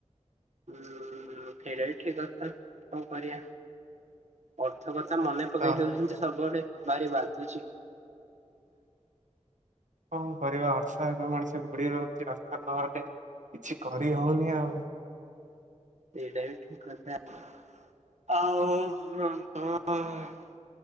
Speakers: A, on the right; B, on the right.
A: ଉଁ ଫେରାଇ ଥିବ ତ କଣ କରିବା, ଅର୍ଥ କଥା ମନେ ପକେଇ
B: ଅର୍ଥ
A: ଦଉଛନ୍ତି ସବୁଆଡେ ଭାରି ବାଧୁଚି।
B: କଣ କରିବ ଅର୍ଥ ଏତେ ମଣିଷକୁ <unintelligible> କିଛି କରି ହଉନି ଆଉ।
A: ସେଇଟା ବି ଠିକ୍ କଥା। ଆଉ <unintelligible>